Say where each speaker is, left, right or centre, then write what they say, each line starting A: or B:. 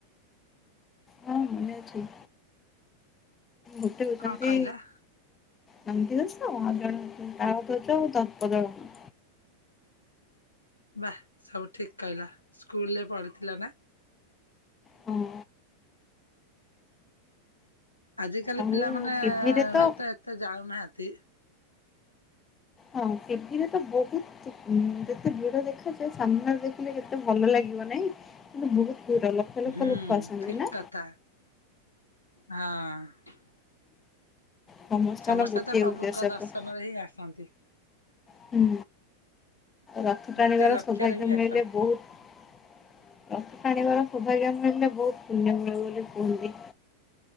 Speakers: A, on the left; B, on the left.
A: ହଁ ମନେ ଅଛି। ଗୋଟେ
B: କଣ
A: ହଉଛନ୍ତି
B: କହିଲା?
A: ନନ୍ଦିଘୋଷ, ଆଉ ଜଣେ ହଉଛନ୍ତି ତାଳଧ୍ଵଜ ଓ ଦର୍ପଦଳନ।
B: ବାଃ ସବୁ ଠିକ କହିଲ। ସ୍କୁଲ୍ ରେ ପଢିଥିଲ ନା?
A: ହଁ
B: ଆଜିକାଲି
A: ଆଉ
B: ପିଲାମାନେ
A: ଟିଭିରେ ତ
B: ହୁଏତ ଏତେ ଜାଣୁନାହାନ୍ତି।
A: ହଁ ଟିଭିରେ ତ ବହୁତ ଯେ ଉଁ, ଯେତେ ଭିଡ ଦେଖାଯାଏ ସାମ୍ନାରେ ଦେଖିଲେ ଯେତେ ଭଲ ଲାଗିବ ନା <inaudible> କିନ୍ତୁ ବହୁତ ଭିଡ ଲକ୍ଷ ଲକ୍ଷ
B: ହୁଁ
A: ଲୋକ ଆସନ୍ତି
B: ଠିକ
A: ନା।
B: କଥା ହଁ।
A: ସମସ୍ତଙ୍କର
B: ସମସ୍ତେ
A: ଗୋଟିଏ
B: ତ ପ୍ରଭୁଙ୍କ
A: ଉଦ୍ଦେଶ୍ୟ
B: ଦର୍ଶନ
A: ପ-
B: ରେ ହିଁ ଆସନ୍ତି।
A: ହୁଁ, ରଥ
B: ଗୋଟିଏ
A: ଟାଣିବାର
B: ଲକ୍ଷ୍ୟରେ
A: ସୌଭାଗ୍ୟ
B: ହିଁ
A: ମିଳିଲେ
B: ଆସନ୍ତି।
A: ବହୁତ ରଥ ଟାଣିବାର ସୌଭାଗ୍ୟ ମିଳିଲେ ବହୁତ ପୁଣ୍ୟ ମିଳେ ବୋଲି କୁହନ୍ତି।